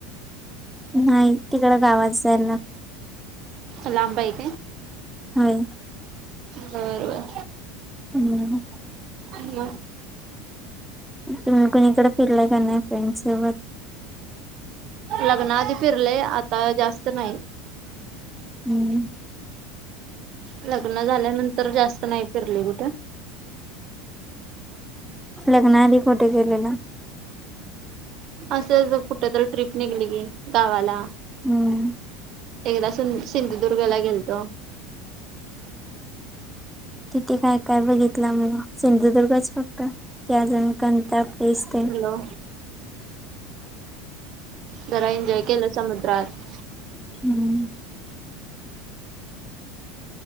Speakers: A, in the centre; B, on the right.
A: नाही तिकडं गावात जाईल ना
B: लांबाईक आहे
A: होय
B: बरोबर
A: हम्
B: हम्
A: तुम्ही कोणी इकडे फिरलाय का नाही फ्रेंड्स सोबत
B: लग्नाआधी फिरले आता जास्त नाही
A: हम्म
B: लग्न झाल्यानंतर जास्त नाही फिरले कुठे
A: लग्नाआध कुठे गेलेलं
B: असं कुठ तररी ट्रिप निघली की गावाला
A: हम्म
B: एकदा सिंधुदुर्गाला गेलतो
A: तिथे काय काय बघितलं मग सिंधुदुर्गच फक्त क जण कणता पसते
B: हो जरा एन्जॉय केलं समुद्रात
A: हम्म